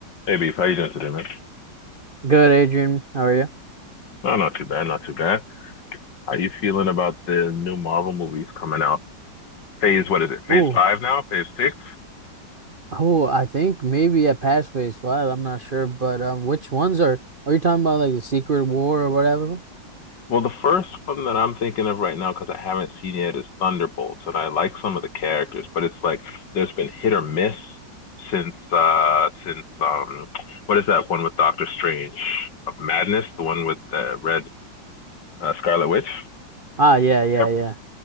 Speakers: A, on the left (about 70°); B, on the right (about 40°).
A: Hey, Beef, how you doing today, man?
B: Good, Adrian. How are you?
A: No, not too bad, not too bad. How you feeling about the new Marvel movies coming out? Phase, what is it? Phase
B: Ooh,
A: five now? Phase six?
B: oh, I think maybe at Pathways Five. I'm not sure, but um, which ones are are you talking about? Like the Secret War or whatever?
A: Well, the first one that I'm thinking of right now, because I haven't seen yet, is Thunderbolts, and I like some of the characters, but it's like there's been hit or miss since uh since um what is that one with Doctor Strange of Madness, the one with the red uh, Scarlet Witch?
B: Ah, yeah, yeah,
A: Ev-
B: yeah.